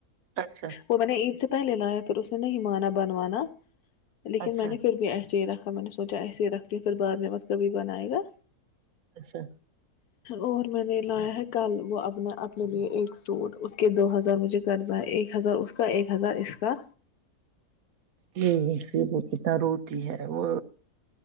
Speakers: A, on the right (about 70°); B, on the left (about 75°).
A: اچھا
B: وہ میں نے عید سے پہلے لایا پھر اس نے نہیں مانا بنوانا لیکن
A: اچھا
B: میں نے پھر بھی ایسے ہی رکھا میں نے سوچا ایسے ہی رکھ لیا پھر بعد میں کبھی بنائے گا
A: اچھا
B: اور میں نے لایا ہے کل وہ اپنا اپنے لیے ایک سوٹ اس کے دو ہزار مجھے قرضہ ہے ایک ہزار اس کا ایک ہزار اس کا
A: ج وہ کتنا روتی ہے وہ